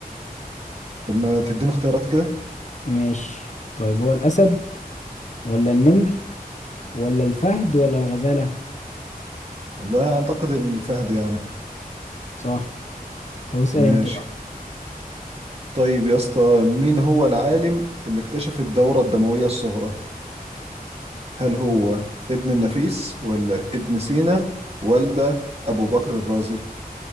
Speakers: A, on the right (about 40°); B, on the left (about 50°).
A: طب ما تديني اختيارات كده
B: ماشي طيب هو الاسد ولا النمر ولا الفهد ولا الغزالة
A: والله أعتقد الفهد يعني
B: صح طب اسال
A: ماشي
B: انت بقى
A: طيب يا اسطى مين هو العالم اللي اكتشف الدورة الدموية الصغرى هل هو ابن النفيس ولا ابن سينا ولا أبو بكر الرازي